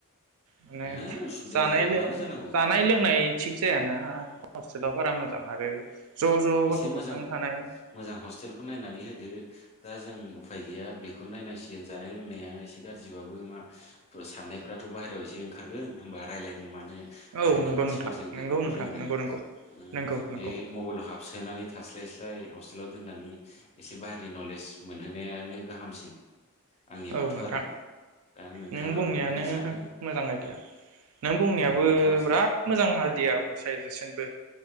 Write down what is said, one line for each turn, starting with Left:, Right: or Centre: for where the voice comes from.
Right: माने
Left: ओहो उसुबिदा
Right: जानाय
Left: जाया
Right: लो
Left: मानो जानांगौ
Right: जानाय लोंनाय थिग जायाना <unintelligible> ओनसोलाव बारा मोजां आरो ज' ज' गथ'फोरजों
Left: एसे मोजां
Right: थानाय
Left: मोजां हस्टेलखौ नायनानै होदो दा जों उफाय गैया बेखौनो नायनांसिगोन जानाय लोंनाया एसे गाज्रिबाबो मा साननायफोराथ' बाहेरायाव एसे ओंखारगोन होमबा रायलायनो मानो
Right: औ
Left: बाहेरनि
Right: नंगौ
Left: मानसिफोरजों
Right: नोंथां नंगौ
Left: बेफोरखौ
Right: नोंथां
Left: रोंगोन
Right: नंगौ नंगौ
Left: उम
Right: नंगौ
Left: बे
Right: नंगौ
Left: मबाइलाव हाबसोनानै थास्लाय स्लाय हस्टेलाव दोननानै एसे बाहेरनि नलेज मोनहोनायानो गाहामसिन। आंनिबाथ'
Right: औ नोंथां
Left: आरो दा नोंथाङाबो
Right: नों बुंनायानो
Left: बोरै सानो
Right: मोजां आइदिया नों बुंनायाबो
Left: दा नोंथाङासो
Right: बिराद मोजां आइदियाबो साजेसनबो